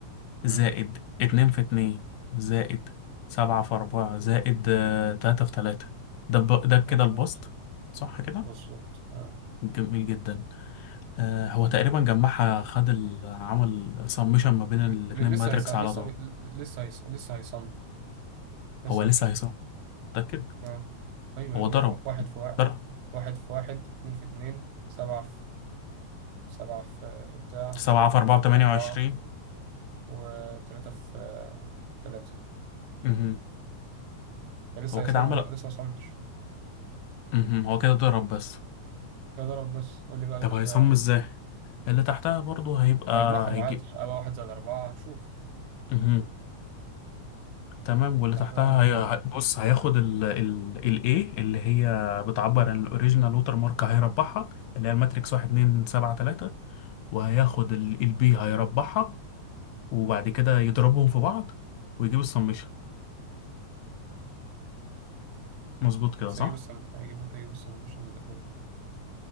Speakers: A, on the left (about 85°); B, on the right (about 75°).
A: زائد
B: امم
A: اتنين في اتنين زائد سبعة في أربعة زائد آه، تلاتة في تلاتة ده ب- ده كده
B: مظبوط
A: البسط صح كده؟
B: مظبوط آه.
A: جميل جدا آه، هو تقريبا جمعها خد ال- عمل سمشن ما بين الاتنين
B: ل- لسه
A: ماتريكس
B: هيصم
A: على
B: لسه
A: طول
B: لسه هيص- لسه هيصم لسه
A: هو لسه
B: هيصم
A: هيصح متأكد
B: آه. ايوه
A: هو
B: يا ابني
A: ضرب
B: ما هو واحد في واحد
A: ضرب
B: واحد في واحد اتنين في اتنين سبعة في سبعة في في بتاع
A: سبعة
B: سبعة في
A: في أربعة بتمانية
B: في أربعة
A: وعشرين
B: وتلاتة في تلاتة
A: مهم.
B: لسه
A: هو كده
B: هيصم
A: عمل
B: بقى لسه مصمش
A: مهم. هو كده ضرب بس
B: لا ضرب بس قول لي بقى اللي
A: طب
B: تحت
A: هيصم
B: بقى عامل
A: ازاي
B: ازاي
A: اللي تحتها برضو هيبقى
B: هيجمعهم
A: هيجي
B: عادي هيبقى واحد زائد أربعة هنشوف
A: مهم. تمام
B: اللي
A: واللي
B: تحت
A: تحتها
B: ده عامل ازاي
A: هي... هي- بص هياخد ال ال ال A اللي هي بتعبر عن الاوريجينال ووتر مارك هيربحها اللي هي الماتريكس واحد اتنين سبعة تلاتة وهياخد ال ال B هيربحها وبعد كده يضربهم في بعض ويجيب السمشن مظبوط كده
B: بس
A: صح؟
B: هيجيب السم هيجيب هيجيب السمشن الأول